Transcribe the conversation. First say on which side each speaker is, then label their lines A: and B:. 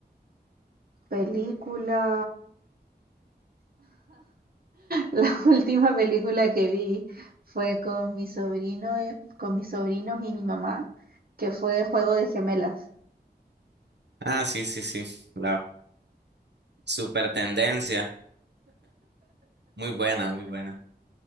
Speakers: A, on the right (about 60°); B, on the right (about 85°).
A: Película. La <laughs> última película que vi fue con mi sobrino, eh, con mis sobrinos y mi mamá, que fue Juego de Gemelas.
B: Ah, sí, sí, sí. La super tendencia. Muy buena, muy buena.